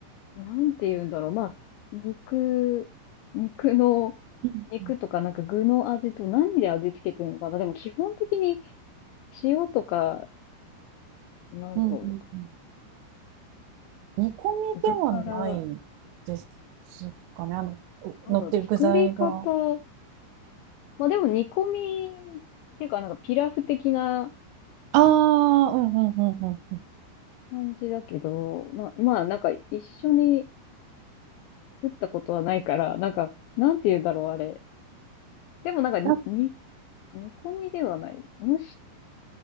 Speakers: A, on the left (about 85°); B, on the right (about 80°).
A: なんて言うんだろう。まあ、肉、肉の、
B: うんうん
A: 肉とかなんか具の味と何で味付けてるのかな。でも基本的に塩とか、なんだろ
B: うんうんうん。煮込み
A: う、具から、
B: ではないですかね。あの、
A: なんだろう、
B: 乗ってる具材が。
A: 作り方。まあでも煮込みっていうかなんかピラフ的な
B: ああ、うんうんうんうんうん。
A: 感じだけど、な、まあなんか一緒に作ったことはないから、なんか、なんて言うんだろう、あれ。でもなんかに、
B: なんか、
A: に煮込みではない。蒸し、